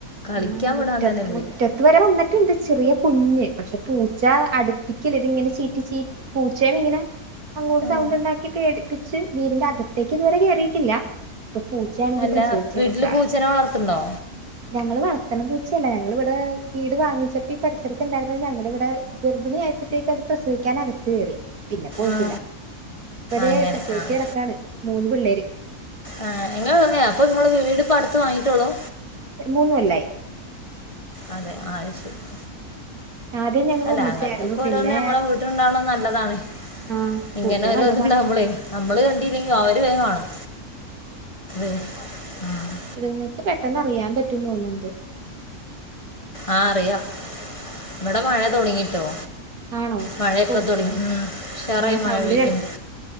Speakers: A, on the left; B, on the right.
A: കളിക്കാൻ
B: അങ്ങനെ മുറ്റത്ത്
A: വിടാൻ തന്നെ പേടിയാ
B: മുറ്റത്ത് വരെ വന്നിട്ടുണ്ട് ചെറിയ കുഞ്ഞ് പക്ഷെ പൂച്ച അടുപ്പിക്കില ഇത് ഇങ്ങനെ ചീറ്റി ചീറ്റി പൂച്ചേനെ ഇങ്ങനെ അങ്ങോട്ട്
A: ആ
B: സൗണ്ട് ണ്ടാക്കി പേടിപ്പിച്ച് വീടിന്റെ അകത്ത് അകത്തേക്ക് ഇതുവരെ കേറിയിട്ടില്ല ഇപ്പൊ പൂച്ചയാണെങ്കി
A: അല്ല
B: പ്രസവിച്ചടക്ക
A: വീട്ടില് പൂച്ചനെ വളർത്തുണ്ടോ?
B: ഞങ്ങള് വളർത്ത്ണ പൂച്ചയല്ല ഞങ്ങൾ ഇവിടെ വീട് വാങ്ങിച്ചപ്പോ ഈ പരിസരത്ത്ണ്ടായിരുന്ന ഞങ്ങള് വ്ടെ ഗർഭിണി ആയപ്പോഴത്തേക്ക് അത് പ്രസവിക്കാൻ അകത്ത്കേറി പിന്നെ പോയിട്ടില്ല
A: ആ
B: ഇപ്പ തേ
A: അങ്ങനെ
B: പ്രസവിച്ച്
A: ആ
B: കെടക്കാണ് മൂന്ന് പിള്ളേര്
A: ഏഹ് ഇങ്ങൾ എവിടെ ഇങ്ങള് വീട്പ്പൊ അടുത്ത് വാങ്ങിട്ടൊളളു
B: മൂന്ന് കൊല്ലായി
A: അതെ ആഹ് ശെരി
B: ആദ്യം ഞങ്ങൾ
A: അല്ല
B: ഒന്നിച്ചായിരുന്നു
A: അങ്ങത്തൊക്കെ
B: പിന്നെ
A: ഓരോന്ന് നമ്മളെവീട്ട്ലും വീട്ട് ഇണ്ടാവ്ണത് നല്ലതാണ്
B: ആഹ്
A: ഇങ്ങനെ
B: പൂച്ച
A: ഒരോന്ന്ണ്ടാവുമ്പളെയ്
B: നല്ലതാ
A: നമ്മള് കണ്ടില്ലെങ്കിലും അവര് വേം കാണും. ഏഹ് ആഹ്
B: ഇത്ങ്ങക്ക് പെട്ടെന്ന് അറിയാൻ പറ്റും തോന്ന്ണ്ട്
A: ആഹ് അറിയ ഇവിടെ മഴ തൊടങ്ങിട്ടോ
B: ആണോ
A: മഴയൊക്കെ
B: ഓഹ്
A: തുടങ്ങി ഉം ഉശാറായി
B: ആഹ്
A: മഴ
B: സൗണ്ട്
A: പെയയ്യ്ണ്ട്